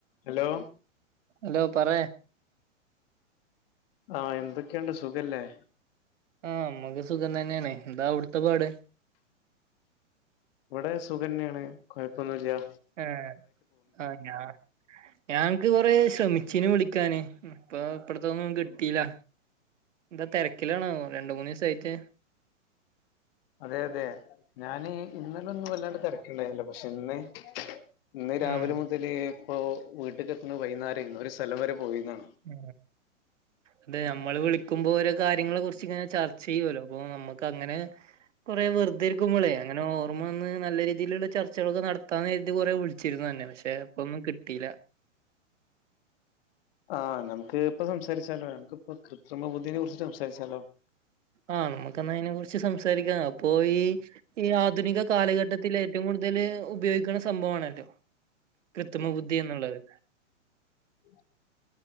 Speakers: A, on the left; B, on the right.
A: Hello
B: hello പറ
A: ആ എന്തൊക്കെണ്ട് സുഖല്ലേ
B: ആ അമ്മക്ക് സുഖം തന്നെയാണ്േ എന്താ അവിടുത്തെ പാട്
A: ഇവിടെ സുഖന്യാണ് കുഴപ്പൊന്നുല്ല
B: ആ ആ ഞ ഞാ ക്ക് കൊറെ ശ്രമിച്ചീന് വിളിക്കാന് ഇപ്പൊ ഇപ്പട്ത്തൊന്നും കിട്ടീല്ല എന്താ തിരക്കിലാണോ രണ്ട മൂന്ന് ദിവസായിട്ട്
A: അതെ അതെ ഞാൻ ഇന്നലൊന്നും വല്ലാണ്ട് തിരക്കിണ്ടായില്ല പക്ഷെ ഇന്ന് ഇന്ന് രാവിലെ
B: ഉം
A: മുതൽ ഇപ്പോ വീട്ടക്ക് എത്തുന്നെ വൈകുന്നേരയ്നി ഒരു സ്ഥലം വരെ പോയിരുന്ന
B: ഉ അതെ നമ്മള് വിളിക്കുമ്പോ ഓരോ കാര്യങ്ങളെ കുറിച്ച് ഇങ്ങനെ ചർച്ച ചെയ്യല്ലോ അപ്പോ നമുക്ക് അങ്ങനെ കൊറേ വെറുതെരിക്കുമ്പോളെ അങ്ങനെ ഓ നമ്മളന്ന് നല്ല രീതിയിലുള്ള ചർച്ചകളൊക്കെ നടത്താ എഴുതി കുറെേ വിളിച്ചിരുന്നു തന്നെ പക്ഷേ അപ്പോൊന്നും കിട്ടിയില്ല
A: ആഹ് നമുക്ക് ഇപ്പൊ സംസാരിച്ചാലോ നമക്കിപ്പ കൃത്രിമ ബുദ്ധീനെ കുറിച്ച് സംസാച്ചാലോ
B: ആ നമ്മുക്കാ അതിനെ കുറിച്ച് സംസാരിക്കാം അപ്പൊ ഈ ഈ ആധുനിക കാലഘട്ടത്തിൽ ഏറ്റവും കൂടുതൽ ഉപയോഗിക്കുന്ന സംഭവമാണല്ലോ കൃത്രിമ ബുദ്ധി എന്നുള്ളത്
A: ഉ